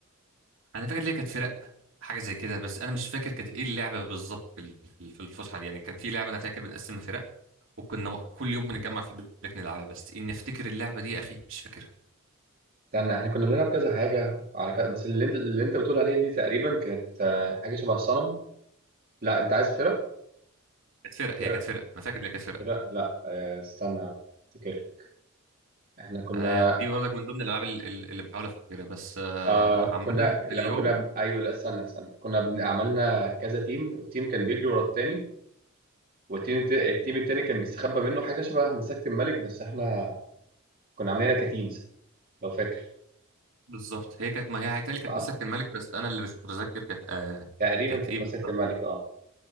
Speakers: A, on the right; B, on the right.
A: انا فاكر ليه كانت فرق حاجه زي كده بس انا مش فاكر كانت ايه اللعبه بالظبط في ال- في ال- في الفسحه دي يعني كان في لعبه انا فاكر بنقسمها فرق وكنا م- كل يوم بنتجمع في البريك نلعبها بس اني افتكر اللعبه دي يا اخي مش فاكرها
B: استنى احنا كنا بنلعب كذا حاجة على كذا بس اللي انت اللي انت بتقول عليه دي تقريبا كانت آه، حاجة شبه الصنم لا انت عايز فرق؟
A: كانت فرق
B: فرق
A: هي كانت فرق انا فاكر ان هي كانت فرق
B: فرق لا آه، استنى افتكر احنا كنا
A: فدي برضك من ضمن الالعاب ال- ال- اللي بحاول افتكرها بس آه،
B: آه كنا
A: عامه
B: لما
A: في اليوم
B: كنا ايوه لا استنى استنى كنا بن- عملنا كذا تيم تيم كان بيجري ورا التاني والتيم الت- التيم التاني كان بيستخبى منه حاجة شبه مساكة الملك بس احنا كنا عاملينها كتيمز لو فاكر
A: بالظبط هي كانت ما هي هيتهيألي كانت
B: صح؟
A: مساكة الملك بس انا اللي مش متذكر كانت آه
B: تقريبا
A: كانت
B: كانت
A: ايه بالظبط
B: مساكة الملك اه